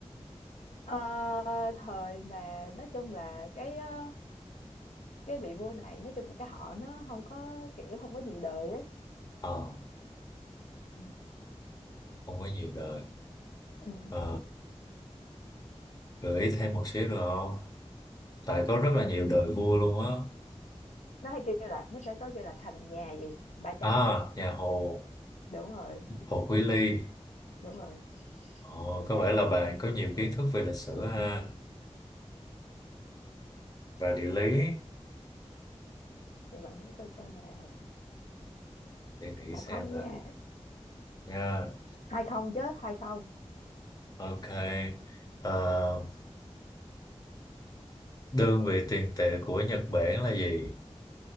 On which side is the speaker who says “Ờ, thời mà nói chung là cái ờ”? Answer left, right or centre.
Left